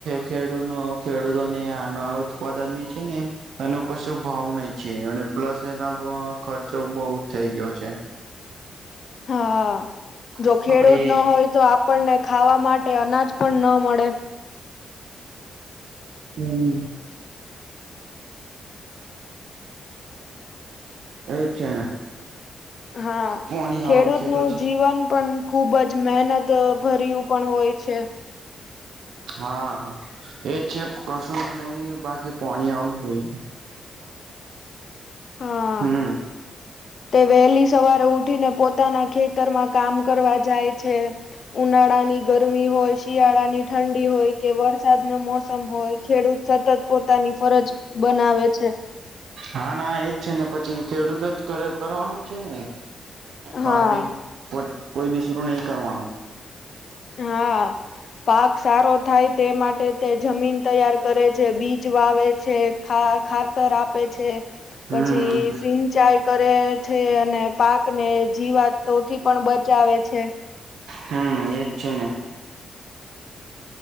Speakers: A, on the right; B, on the left.
A: ખેડૂનો ખેડૂતોને આના ઉત્પાદન ની છે ને એનો કશો ભાવ નહિ છે અને પ્લસ એના ખર્ચો બહુ થઈ ગયો છે. <inaudible>
B: હા જો
A: આપડે
B: ખેડુત ન હોય તો આપણને ખાવા માટે અનાજ પણ ન મળે.
A: હમ્મ. એ છે.
B: હા
A: પોની
B: ખેડૂત
A: આવશે
B: નું
A: તો છે
B: જીવન પણ ખુબ જ મહેનત ભર્યું પણ હોય છે.
A: હા, એજ છે કશું જ નહી બાકી પોણી આવું જ જોઈએ.
B: હા.
A: હમ્મ.
B: તે વહેલી સવારે ઉઠીને પોતાના ખેતરમાં કામ કરવા જાય છે. ઉનાળાની ગરમી હોય, શિયાળાની ઠંડી હોય કે વરસાદ ન મોસમ હોય ખેડૂત સતત પોતાની ફરજ બનાવે છે.
A: હા ના એજ છે ને પછી ખેડૂતો જ કરે કરવાનું છે ને.
B: હા,
A: ફાર્મિંગ કોઈ બીસરું નહી કરવાનું.
B: હા પાક સારો થાય તે માટે તે જમીન તૈયાર કરે છે, બીજ વાવે છે, ખા ખાતર આપે છે.
A: હમ
B: પછી સિગ ચાઈ કરે છે અને પાક ને જીવાતો થી પણ બચાવે છે.
A: હમ્મ, એ જ છે ને.